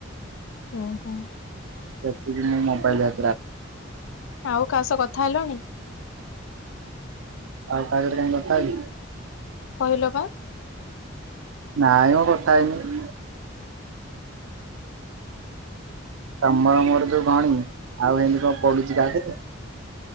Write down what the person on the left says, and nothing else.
ଓହୋ।
ଆଉ କାହା ସହ କଥା ହେଲଣି?
କହିଲ ପା